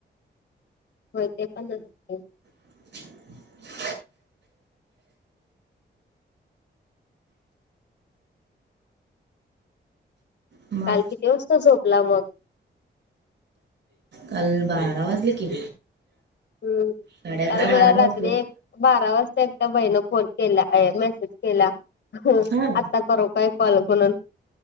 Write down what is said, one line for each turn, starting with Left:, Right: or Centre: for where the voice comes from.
Left: होय ते पण <unintelligible>
Right: <inaudible> मग
Left: काल किती वाजता झोपला मग?
Right: काल बारा वाजले की.
Left: हम्म.
Right: साडे अकरा
Left: काल
Right: बारा
Left: मला रात्री
Right: वाजले
Left: एक बारा वाजता एक कुठल्या बाईनं फोन केला, अय मेसेज केला.
Right: हा
Left: आता करू काय? कॉल म्हणून?